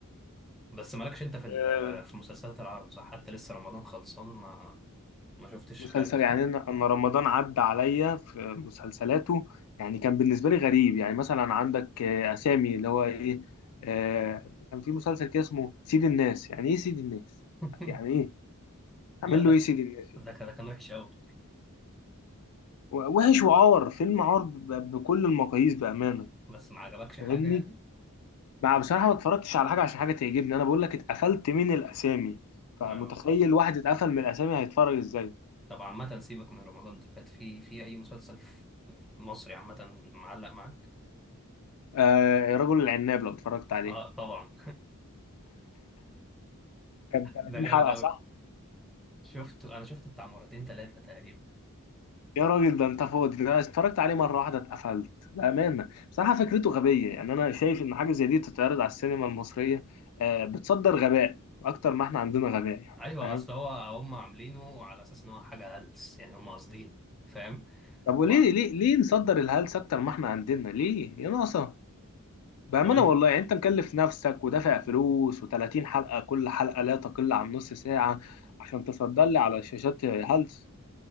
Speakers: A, in the centre; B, on the left.
A: بس مالكش انت في ال-
B: آه،
A: آه، في المسلسلات العربي صح حتى لسه رمضان خلصان ما ما شفتش
B: مسلسل
A: حاجة صح
B: يعني انا أنا رمضان عدى عليا في مسلسلاته يعني كان بالنسبه لي غريب يعني مثلا عندك آه، اسامي اللي هو ايه آه، كان في مسلسل كده اسمه سيد الناس يعني ايه سيد الناس
A: <laughs>
B: يعني ايه تعمل
A: لا لا
B: له ايه سيد الناس يعني؟
A: ده كان ده كان وحش قوي
B: و- وحش وعار فيلم عار ب- بكل المقاييس بامانه
A: بس ما عجبكش حاجة
B: فاهمني
A: يعني
B: ما بصراحة ما اتفرجتش على حاجة عشان حاجة تعجبني أنا بقول لك اتقفلت من الأسامي فمتخيل
A: اه
B: واحد اتقفل من الأسامي هيتفرج إزاي
A: طب عامة سيبك من رمضان اللي فات في في أي مسلسل في في مصري عامة معلق معاك
B: آه رجل العناب لو اتفرجت عليه
A: اه طبعا
B: كان
A: <laughs>
B: 30
A: ده جامد
B: حلقة
A: قوي
B: صح؟
A: شفته انا شفته بتاع مرتين ثلاثة تقريبا
B: يا راجل ده أنت فاضي ده أنا اتفرجت عليه مرة واحدة اتقفلت بأمانة بصراحة فكرته غبية يعني أنا شايف إن حاجة زي دي تتعرض على السينما المصرية آه بتصدر غباء أكتر ما إحنا عندنا غباء يعني
A: ايوه
B: فاهم؟
A: اصل هو هم عاملينه على اساس ان هو حاجه هلس يعني هم قاصدين فاهم
B: طب وليه
A: و-
B: ليه ليه نصدر الهلس أكتر ما إحنا عندنا ليه؟ يا ناقصة بأمانة
A: طب انت
B: والله يعني أنت مكلف نفسك ودافع فلوس و30 حلقة كل حلقة لا تقل عن نص ساعة عشان تصدر لي على شاشات هلس